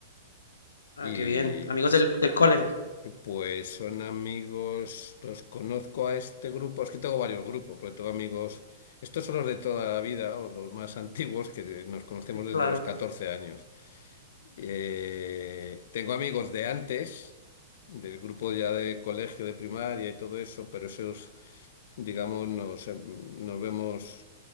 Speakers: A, on the left; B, on the left.
A: Ah,
B: Y
A: qué bien. Amigos del, del cole.
B: Pues son amigos, los conozco a este grupo, es que tengo varios grupos, porque tengo amigos, estos son los de toda la vida, o los más <laughs> antiguos, que nos conocemos
A: Sí,
B: desde
A: Claro.
B: los 14 años. Eh, tengo amigos de antes, del grupo ya de colegio, de primaria y todo eso, pero esos, digamos, nos, em, nos vemos,